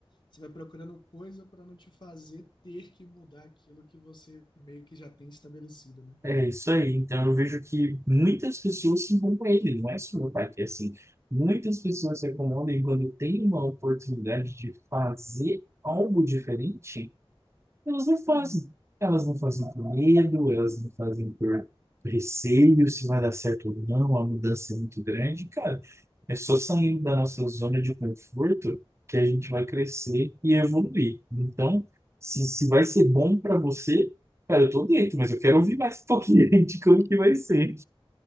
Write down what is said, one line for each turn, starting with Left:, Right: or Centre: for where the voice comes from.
Left: você vai procurando coisa para não te fazer ter que mudar aquilo que você meio que já tem estabelecido, né?
Right: É isso aí. Então eu vejo que muitas pessoas se incomodam com ele, não é só meu pai que é assim. Muitas pessoas se incomodam e quando tem uma oportunidade de fazer algo diferente, elas não fazem.
Left: Uhum.
Right: Elas não fazem por medo, elas não fazem por receio se vai dar certo ou não, a mudança é muito grande. Cara, é só saindo da nossa zona de conforto que a gente vai crescer e evoluir. Então, se, se vai ser bom para você, cara, eu tô dentro, mas eu quero ouvir mais um pouquinho <laughs> de como que vai ser.